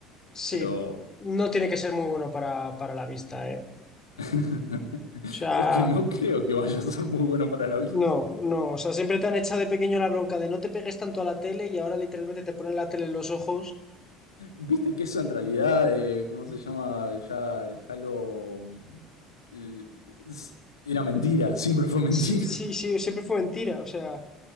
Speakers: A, on the left; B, on the left.
A: Sí,
B: pero
A: no tiene que ser muy bueno para, para la vista, ¿eh?
B: <laughs>
A: O sea...
B: es que no creo que vaya a ser muy bueno para la vista.
A: No, no, o sea, siempre te han echado de pequeño la bronca de no te pegues tanto a la tele y ahora literalmente te ponen la tele en los ojos.
B: Viste que eso en realidad, eh, ¿cómo se llama? Ya, ya lo... l- s- Era mentira, <laughs> siempre fue mentira.
A: Sí, sí, sí, siempre fue mentira, o sea,